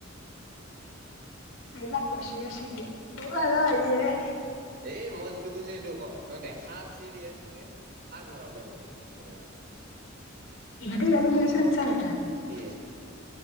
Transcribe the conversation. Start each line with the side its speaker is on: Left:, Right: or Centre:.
Left: এইবিলাক কৈছো যে চিৰিয়াল অ হেল্ল' হেৰি এ
Right: এ ম‌ই যিটো কৈছো এইটোৰ কৰ। তই দেখা চিৰিয়াছ কে থাক নৰ্মেল কে হেনেকুৱা এটা।
Left: <unintelligible>
Right: কি?